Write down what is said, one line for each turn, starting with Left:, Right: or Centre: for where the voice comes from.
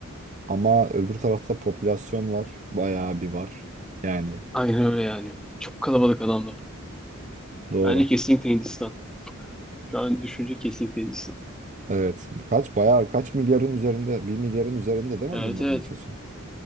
Right: Ama öbür tarafta popülasyon var. Bayağı bir var. Yani
Centre: Aynen öyle yani. Çok kalabalık adamlar.
Right: doğru.
Centre: Bence kesinlikle Hindistan. Şu an düşünce kesinlikle Hindistan.
Right: Evet. Kaç bayağı kaç milyarın üzerinde, bir milyarın üzerinde değil mi
Centre: Evet
Right: bunların
Centre: evet.
Right: nüfusu?